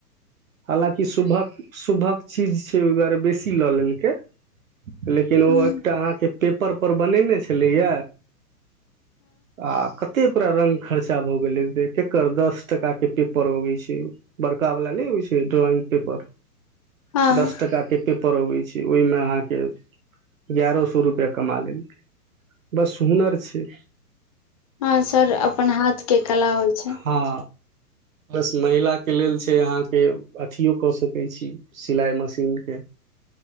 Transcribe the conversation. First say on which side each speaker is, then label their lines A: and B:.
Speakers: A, on the right; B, on the left.
A: हालँकि शुभक शुभक चीज छै ओहि दुआरे बेसी लऽ लेलकै लेकिन ओ
B: हँ
A: एकटा अहाँके पेपरपर बनेने छलैए आ कते ओकरा रंग खर्चा भ गेलै केकर दस टका के पेपर अबै छै ओ बड़का वाला नहि होइ छै ड्रॉइंग पेपर
B: हँ
A: दस टका के पे परबै छै ओहिमे अहाँ के गयारह सए रुपआ कमा लेलकै बस हुनर छै
B: हँ सर अपन हाथके कला होय छै
A: हँ बस महिला के लेल छै अहाँके अथिओ कऽ सकै छी सिलाइ मशीनके